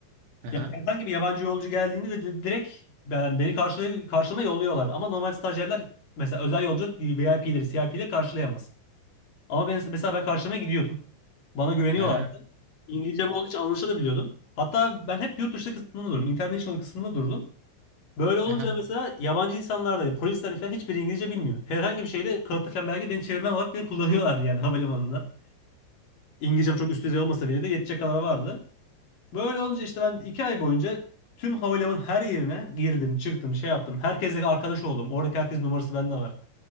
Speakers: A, on the right; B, on the left.
A: aha,
B: Yani herhangi bir yabancı yolcu geldiğinde de di- direkt ben beni karşılay karşılama yolluyorlardı. Ama normal stajyerler mesela özel yolcu bir VIP'leri, CIP'leri karşılayamaz. Ama ben mesela ben karşılamaya gidiyordum. Bana güveniyorlardı.
A: ha,
B: İngilizcem olduğu için anlaşılabiliyordum. Hatta ben hep yurt dışı kısmında durdum. International kısmında durdum. Böyle olunca
A: aha,
B: mesela yabancı insanlar da polisler falan hiçbiri İngilizce bilmiyor. Herhangi bir şeyde kağıtlı falan belge beni çevirmen olarak bile kullanıyorlardı yani havalimanında. İngilizcem çok üst düzey olmasa bile de yetecek kadar vardı. Böyle olunca işte ben iki ay boyunca tüm havalimanının her yerine girdim, çıktım, şey yaptım. Herkesle arkadaş oldum. Oradaki herkes numarası bende var.